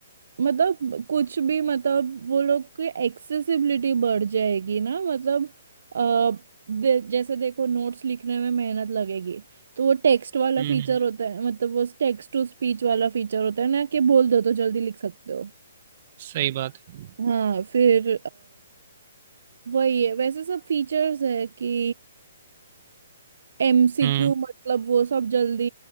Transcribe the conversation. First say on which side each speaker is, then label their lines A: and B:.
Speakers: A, on the right; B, on the right.
A: मतलब कुछ भी मतलब वो लोग की एक्सेसिबिलिटी बढ़ जाएगी ना मतलब अ, दे, जैसे देखो नोट्स लिखने में मेहनत लगेगी तो वो टेक्स्ट वाला
B: हम्म
A: फीचर
B: हम्म,
A: होता है मतलब वो टेक्स्ट टू स्पीच वाला फीचर होता है ना कि बोल दो तो जल्दी लिख सकते हो
B: सही बात है
A: हाँ फिर वही है वैसे सब फीचर्स है कि एमसीक्यू
B: हम्म
A: मतलब वो सब जल्दी